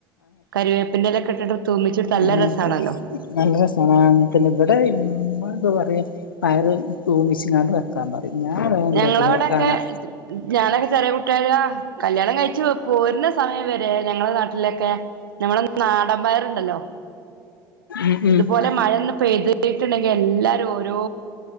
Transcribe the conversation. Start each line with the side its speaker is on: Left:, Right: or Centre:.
Right: കറിവേപ്പിന്റയില ഒക്കെ ഇട്ടിട്ട് തൂമിച്ചെടുത്ത നല്ല
Left: ആ
Right: രസാണല്ലോ
Left: നല്ല രസാണ് അങ്ങൻ തന്നെ ഇവടെ ഇമ്മ എന്ത്‌ വ പയറ് തൂമിച്ചങ്ങാണ്ട് വെക്കാൻ പറയും ഞാൻ വേം എന്താട്ടും
Right: ഞങ്ങളവിടെക്കെ
Left: കാണാ
Right: ഞാനൊക്കെ ചെറിയ കുട്ടി- <unintelligible> കല്യാണം കഴിച്ചു പോരുന്ന- സമയം വരെ ഞങ്ങളുടെ നാട്ടിലൊക്കെ ഞമ്മളെ നാടമ്പയറുണ്ടല്ലോ
Left: ഉം ഉം
Right: ഇതുപോലെ മഴന്ന് പെയ്തിട്ടുണ്ടെങ്കിൽ എല്ലാരും ഓരോ